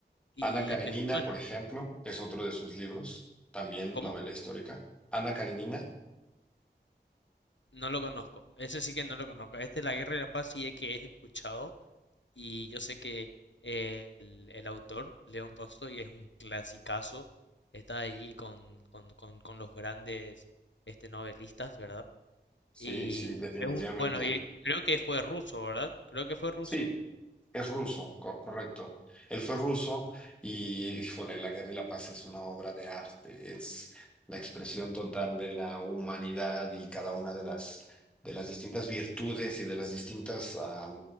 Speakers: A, on the left; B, in the centre.
A: y
B: Ana Karenina,
A: me suena.
B: por ejemplo, es otro de sus libros, también
A: ¿Cómo?
B: novela histórica. Ana Karenina,
A: No lo conozco. Ese sí que no lo conozco. Este, La Guerra y la Paz, sí es que he escuchado Y yo sé que eh, el, el autor, León Tolstoy, es un clasicazo, está ahí con, con, con, con los grandes este, novelistas, ¿verdad?
B: sí,
A: Y
B: sí, definitivamente.
A: es un, bueno, y creo que fue ruso, ¿verdad? Creo que fue ruso.
B: Sí, es ruso, co- correcto. Él fue ruso y, híjole, La Guerra y la Paz es una obra de arte, es la expresión total de la humanidad y cada una de las, de las distintas virtudes y de las distintas, ah,